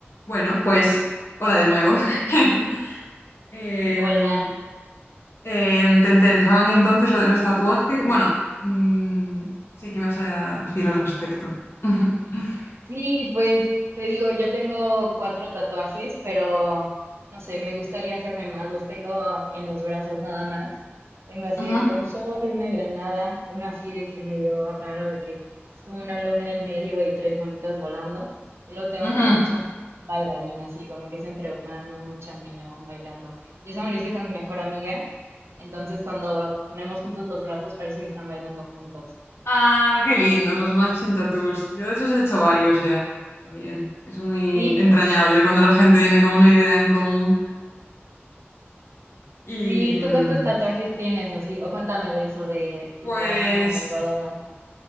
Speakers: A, on the left; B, on the right.
A: Bueno, pues hola de nuevo. <laughs> Em,
B: Hola.
A: em, ¿te interesaban entonces lo de los tatuajes? Bueno, mm, sí ¿Qué vas a decir al respecto. <laughs>
B: Sí, pues te digo, yo tengo cuatro tatuajes, pero no sé, me gustaría hacerme más. Los tengo en los brazos nada más. Tengo así
A: Ujú,
B: de que un sol, una granada, uno así de que medio raro, de que es como una luna en medio y tres monitas volando. Y luego tengo
A: ujú.
B: como un champiñón bailarín, así como que es entre humano, un champiñón bailando. Y eso me lo hice con mi mejor amiga. Entonces, cuando ponemos juntos los brazos, parece que están bailando juntos.
A: Ah, qué lindos los matching tattoos. Yo de esos he hecho varios ya también. Es muy
B: ¿Sí?
A: entrañable cuando la gente viene con una idea en común. Y
B: Sí, ¿tú
A: mm,
B: cuántos tatuajes tienes así? O cuéntame de eso, de tu
A: pues
B: trabajo como tatuadora.